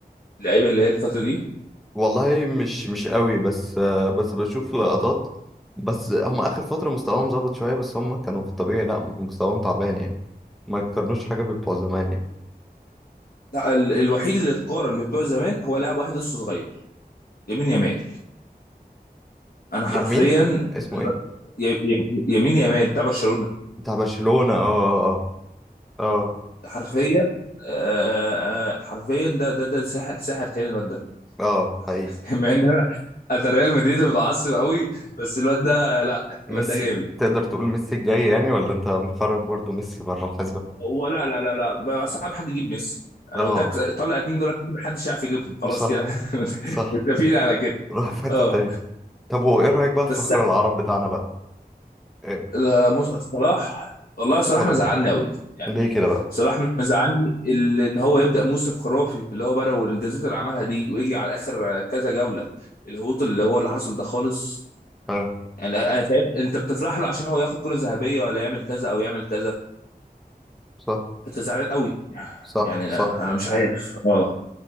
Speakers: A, on the left; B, in the centre.
A: اللعيبه اللي هي الفتره دي
B: والله مش مش قوي بس آه، بس بشوف لقطات بس هم اخر فتره مستواهم ظبط شويه بس هم كانوا في الطبيعي لا مستواهم تعبان يعني ما يتقارنوش حاجه ببتوع زمان يعني
A: لا ال- الوحيد اللي اتقارن ببتوع زمان هو لاعب واحد لسه صغير يمين يمال انا
B: ي-
A: حرفيا
B: مين اسمه ايه
A: ي- ي- يمين يمال بتاع برشلونه
B: بتاع برشلونه اه اه
A: حرفيا آه، حرفيا ده ده ده ساحر ساحر تاني الواد ده
B: اه اه حقيقي
A: <laughs> مع ان انا انا ريال مدريد متعصب قوي بس الواد ده لا
B: ميسي
A: الواد ده جامد
B: تقدر تقول ميسي الجاي يعني ولا انت مخرج برضو ميسي بره الحسبه
A: ولا لا لا لا بقى صعب حد يجيب ميسي انا
B: اه
A: قلت لك طلع اتنين دول عشان محدش يعرف يجيبهم خلاص
B: صح
A: كده <laughs>
B: صح
A: متفقين على كده
B: راح في حته
A: اه
B: تانيه طب وايه رايك بقى في
A: بس
B: فخر العرب بتاعنا بقى إيه،
A: لا، مص- صلاح والله صلاح
B: صلاح
A: مزعلني قوي يعني
B: ليه كده بقى
A: صلاح مزعلني ال- ان هو يبدا موسم خرافي اللي هو بدا والانجازات اللي عملها دي ويجي على اخر كذا جوله الهبوط اللي هو اللي حصل ده خالص
B: اه
A: يعني انا أنا فاهم انت بتفرح له عشان هو ياخد كره ذهبيه ولا يعمل كذا او يعمل كذا
B: صح
A: انت زعلان قوي
B: صح
A: يعني
B: صح
A: انا مش عارف اه